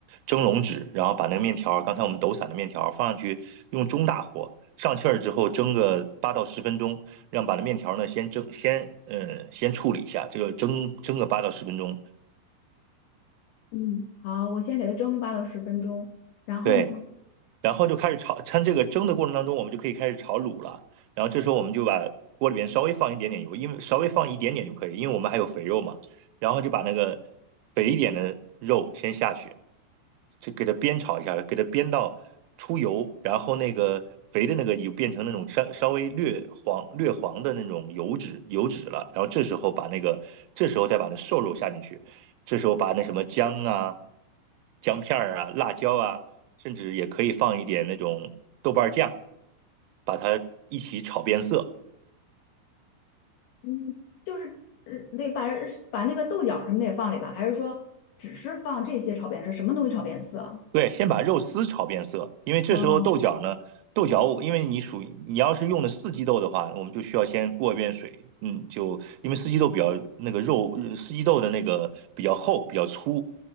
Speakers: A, on the right; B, on the left.
A: 蒸笼纸，然后把那个面条儿刚才我们抖散的面条儿放上去，用中大火上气儿之后蒸个八到十分钟，让把那面条儿呢先蒸先嗯先处理一下，这个蒸蒸个八到十分钟。
B: 嗯好，我先给它蒸八到十分钟，然后呢，
A: 对，然后就开始炒，趁这个蒸的过程当中，我们就可以开始炒卤了。然后这时候我们就把锅里边稍微放一点点油，因为稍微放一点点就可以，因为我们还有肥肉嘛。然后就把那个肥一点的肉先下去，就给它煸炒一下，给它煸到出油，然后那个肥的那个就变成那种稍稍微略黄略黄的那种油脂油脂了。然后这时候把那个这时候再把那瘦肉下进去，这时候把那什么姜啊、姜片儿啊、辣椒啊，甚至也可以放一点那种豆瓣酱，把它一起炒变色。
B: 嗯，就是呃得把把那个豆角什么的也放里吧，还是说只是放这些炒变色，什么东西炒变色？
A: 对，先把肉丝炒变色，因为这时候豆角呢，
B: 哦，
A: 豆角因为你属于你要是用的四季豆的话，我们就需要先过一遍水，嗯，就因为四季豆比较那个肉，四季豆的那个比较厚比较粗，